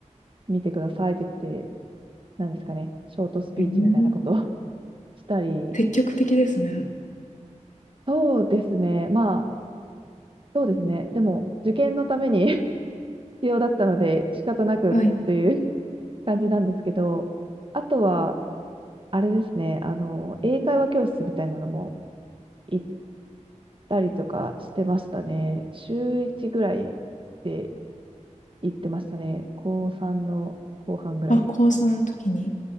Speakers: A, on the right (about 45°); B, on the left (about 75°).
A: 見てくださいって言って、なんですかね、ショートスピーチみたいなことを
B: えー
A: <laughs> したり、
B: 積極的ですね。
A: そうですね、まあ、そうですね、でも、受験のために <laughs> 必要だったので、仕方なくという
B: はい。
A: <laughs> 感じなんですけど、あとは、あれですね、あの、英会話教室みたいなのも行ったりとかしてましたね。週1ぐらいで行ってましたね。高3の後半ぐらい。
B: あ、高3の時に。